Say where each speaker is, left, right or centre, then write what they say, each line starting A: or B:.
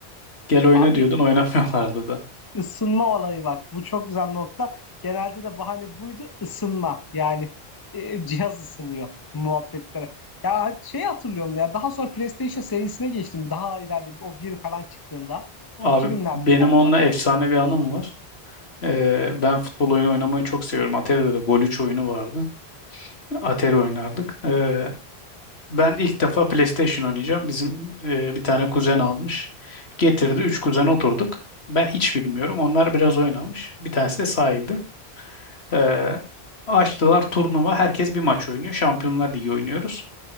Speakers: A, on the left; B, on the left.
A: Gel oyna
B: Abi
A: diyordun <laughs> oynamıyorlardı da.
B: Isınma olayı bak bu çok güzel nokta. Genelde de bahane buydu ısınma. Yani e, cihaz ısınıyor muhabbetlere. Ya şey hatırlıyorum ya daha sonra PlayStation serisine geçtim. Daha ileride o bir falan çıktığında
A: Abi
B: 2000'lerde
A: benim
B: galiba
A: onunla efsane bir anım var. Ee, ben futbol oyunu oynamayı çok seviyorum. Atari'de de Golüç oyunu vardı. Atari oynardık. Ee, Ben ilk defa PlayStation oynayacağım. Bizim e, bir tane kuzen almış. Getirdi. Üç kuzen oturduk. Ben hiç bilmiyorum. Onlar biraz oynamış. Bir tanesi de sahibi. E, açtılar turnuva. Herkes bir maç oynuyor. Şampiyonlar Ligi oynuyoruz.